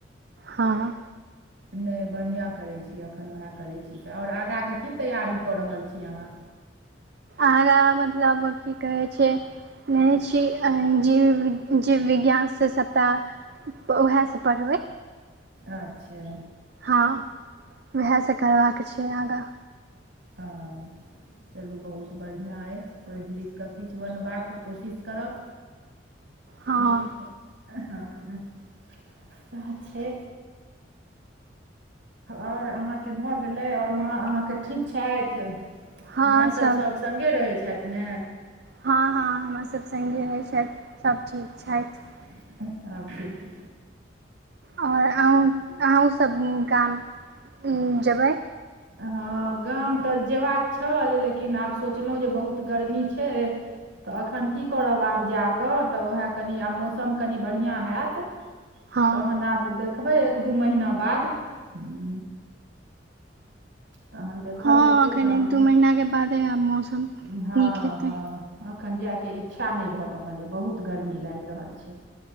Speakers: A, on the right; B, on the right.
A: हॉं।
B: नै बढ़ियां करै छी अखन उहे करै छी आओर आगांके की तैयारी क रहल छी अहाँ?
A: आगां मतलब की कहै छै? नै छिअइ अहीं जीव विग, जीव विज्ञान से सबटा त उहे सं पढ़बै।
B: अच्छा।
A: हं <inaudible> उहे सं करबाक छै आगां
B: ओ चलू बहुत बढ़िया अछि, पढ़ि लिखिक किछ बनबाके कोशिश करब।
A: हँ
B: हुं <inaudible> अं हं <inaudible> सैह छै। आओर अहाँके भ गेलै आओर माँ अहाँके ठीक छथि?
A: हँ
B: माँ
A: सभ
B: सब, सब सङ्गे रहै छथि ने?
A: हं- हं हमरा सब सङ्गे रहै छथि सब ठीक छथि।
B: <unintelligible>
A: आओर अहुं अहुन सब गाम <inaudible> जेबै?
B: हं गाम त जेबाक छल लेकिन आब सोचलौं जे बहुत गर्मी छै त अखन की करब आब जाक त उहे कनी आब मौसम कनी बढ़ियां हैत।
A: हँ
B: तहन आब देखबै एक दू महीना बाद हुं तहन देखल
A: हँ
B: जेतै
A: एखन
B: गामके
A: एक दू महीनाके बादे आब
B: <inaudible>
A: मौसम
B: हं-हं।
A: नीक हेतै
B: अखन जा के इच्छा नै भ रहल ऐ बहुत गर्मी लागि रहल छै।